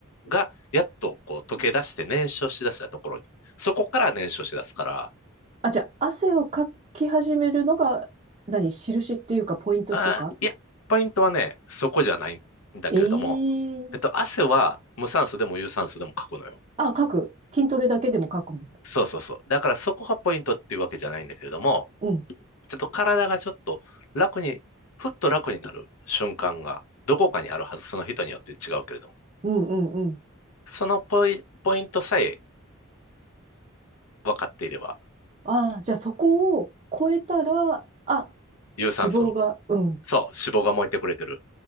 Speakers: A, on the left; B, on the right.
A: がやっとこう溶け出して燃焼しだしたところに。そこから燃焼しだすから、
B: あ、じゃあ、汗をかき始めるのが、何、印っていうか、ポイントっていうか。
A: あー、いや、ポイントはね、そこじゃないんだけれども、
B: ええ
A: えっと、汗は無酸素でも有酸素でもかくのよ。
B: あ、書く。筋トレだけでも書くもんだ。
A: そうそうそう。だからそこがポイントっていうわけじゃないんだけれども、
B: うん。
A: ちょっと体がちょっと楽に、ふっと楽になる瞬間がどこかにあるはず、その人によって違うけれども。
B: うんうんうん。
A: そのポイ、ポイントさえ分かっていれば、
B: ああ、じゃあそこを超えたら、あ、
A: 有酸素運動。
B: 脂肪が、うん、
A: そう、
B: し
A: 脂肪が燃えてくれてる。